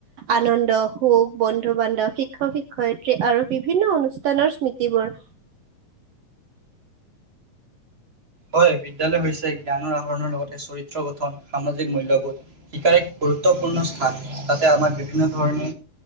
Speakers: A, on the right; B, on the right.
A: আনন্দ সুখ বন্ধু বান্ধৱ শিক্ষক শিক্ষয়িত্ৰী আৰু বিভিন্ন অনুষ্ঠানৰ স্মৃতিবোৰ
B: হয় বিদ্য়ালয় হৈছে জ্ঞানৰ আহৰণৰ লগতে চৰিত্ৰ গঠন সামাজিক মূল্যবোধশিকাৰ এক গুৰুত্বপূৰ্ণ স্থান যাতে আমাক বিভিন্ন ধৰণে